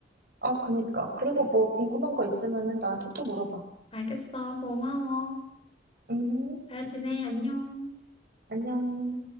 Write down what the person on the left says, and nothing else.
네.
알겠어, 고마워.
잘 지내, 안녕.